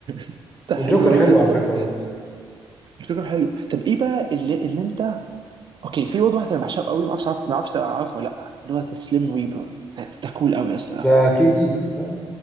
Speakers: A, on the right (about 50°); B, on the left (about 15°).
A: <laughs> ده
B: والجوكر
A: حلو قوي
B: حلو
A: يا اسطى
B: على فكره برضه
A: الفكره حلو طب ايه بقى اللي, اللي انت اوكي في برضه واحد انا بحشره قوي ما اعرفش عارف ما اعرفش عارفه ولا لا اللي هو ذا سليم ريبر ده ده كول قوي يا اسطى ده.
B: ده كي دي صح؟